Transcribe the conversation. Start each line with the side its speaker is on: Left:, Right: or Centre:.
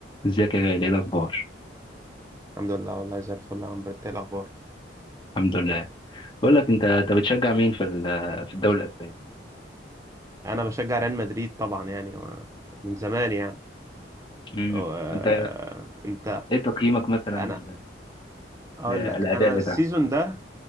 Left: ازيك يا غالي ايه الاخبار
Right: الحمد لله والله زي الفل يا عمرو انت ايه الاخبار
Left: الحمد لله بقول لك انت انت بتشجع مين في ال- في الدوري الاسباني
Right: انا بشجع ريال مدريد طبعا يعني و- من زمان يعني
Left: امم
Right: و- آه،
Left: وانت
Right: انت
Left: ايه تقييمك مثلا
Right: انا
Left: لل-
Right: اقول
Left: للاداء
Right: لك انا
Left: بتاعه
Right: السيزون ده